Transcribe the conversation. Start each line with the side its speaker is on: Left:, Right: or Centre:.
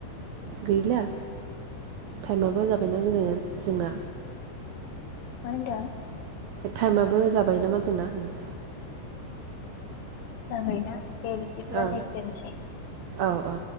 Right: गैला टाइमाबो जाबाय ना मोजाङैनो जोंना।
Left: मा होनदों?
Right: टाइमाबो जाबाय नामा जोंना होनना।
Left: जाबाय ना? दे बिदिब्लालाय
Right: औ
Left: दोनसै।
Right: औ औ